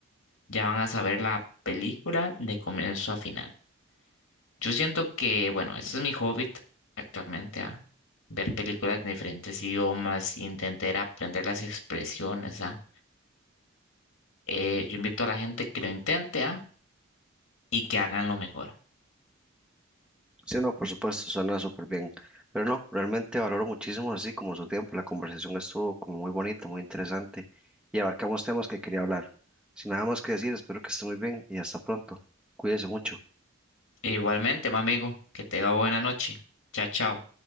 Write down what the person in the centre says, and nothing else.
Sí, no, por supuesto, suena súper bien. Pero no, realmente valoro muchísimo así como su tiempo. La conversación estuvo como muy bonita, muy interesante y abarcamos temas que quería hablar. Sin nada más que decir, espero que esté muy bien y hasta pronto. Cuídese mucho.